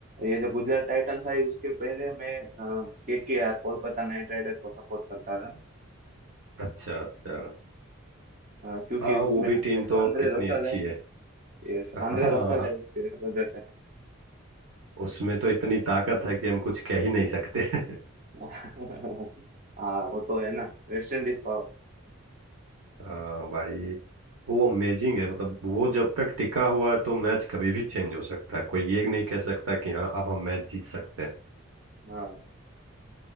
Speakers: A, on the right; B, on the right.
A: ये जो गुजरात टाइटंस आई उसके पहले मैं के के आर कोलकाता नाइट राइडर को सपोर्ट करता था
B: अच्छा अच्छा
A: अ, क्योंकि
B: हाँ वो
A: उसमें
B: भी
A: आंद्रे
B: टीम तो
A: आंद्रे
B: कितनी
A: रसल
B: अच्छी
A: है
B: है
A: यस
B: हाँ
A: आंद्रे रसल है उसके वजह से
B: उसमें तो इतनी ताकत है कि हम कुछ कह ही नहीं सकते <laughs>
A: <laughs> हाँ वो तो है ना वेस्ट इंडीज पावर
B: हाँ भाई वो अमेजिंग है मतलब वो जब तक टिका हुआ है तो मैच कभी भी चेंज हो सकता है कोई ये नहीं कह सकता कि हाँ अब हम मैच जीत सकते हैं
A: ये,